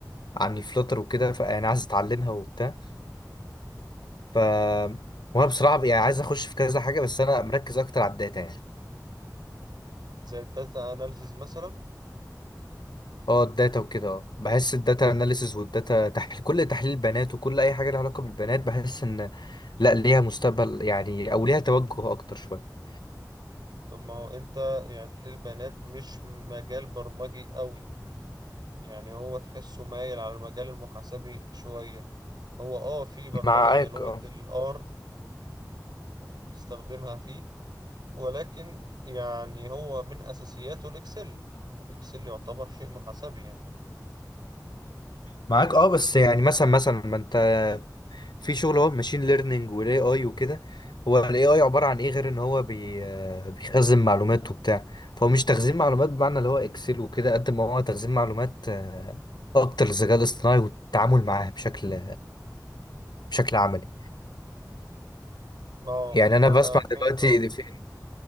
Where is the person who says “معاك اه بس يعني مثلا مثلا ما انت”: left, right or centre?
Left